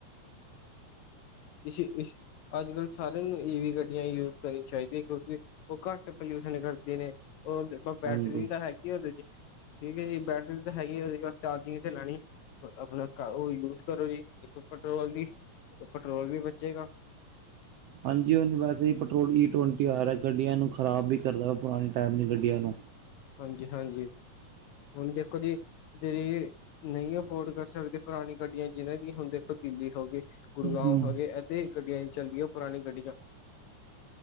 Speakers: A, on the left (about 75°); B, on the right (about 75°).
A: ਇਸੀ-ਇਸੀ ਅੱਜ-ਕੱਲ੍ਹ ਸਾਰਿਆਂ ਨੂੰ ਈ ਵੀ ਗੱਡੀਆਂ ਯੂਜ ਕਰਨੀਆਂ ਚਾਹੀਦੀਆਂ, ਕਿਉਂਕਿ ਉਹ ਘੱਟ ਪੋਲਿਊਸ਼ਨ ਕਰਦੀਆਂ ਨੇ, ਉਹ ਬੈਟਰੀ
B: ਹਾਂਜੀ।
A: ਤਾਂ ਹੈਗੀ ਉਹਦੇ ਚ। ਠੀਕ ਹੈ ਜੀ, ਬੈਟਰੀ ਤਾਂ ਹੈਗੀ ਉਹਦੀ ਬਸ ਚਾਰਜਿੰਗ ਤੇ ਲਾਣੀ ਐ। ਆਪਣਾ ਉਹ ਯੂਜ ਕਰੋ ਜੀ, ਦੇਖੋ ਪੈਟਰੋਲ ਦੀ ਪੈਟਰੋਲ ਵੀ ਬਚੇਗਾ।
B: ਹਾਂਜੀ, ਹੁਣ ਵੈਸੇ ਹੀ ਪੈਟਰੋਲ ਈ ਟਵੰਟੀ ਆ ਰਿਆ, ਗੱਡੀਆਂ ਨੂੰ ਖ਼ਰਾਬ ਵੀ ਕਰਦਾ ਵਾ, ਪੁਰਾਣੇ ਟੈਮ ਦੀ ਗੱਡੀਆਂ ਨੂੰ।
A: ਹਾਂਜੀ-ਹਾਂਜੀ, ਹੁਣ ਦੇਖੋ ਜੀ ਜਿਹੜੇ ਨਹੀਂ ਅਫੋਰਡ ਕਰ ਸਕਦੇ, ਪੁਰਾਣੀ ਗੱਡੀਆਂ ਜਿਹਨਾਂ ਦੀ ਹੁਣ ਦੇਖੋ ਤਬਦੀਲੀ ਹੋ ਗਈ। ਗੁੜਗਾਉਂ
B: ਹੂੰ
A: ਹੈਗੇ ਅੱਧੇ ਗੱਡੀਆਂ ਨਹੀਂ ਚੱਲਦੀਆਂ, ਪੁਰਾਣੀ ਗੱਡੀਆਂ।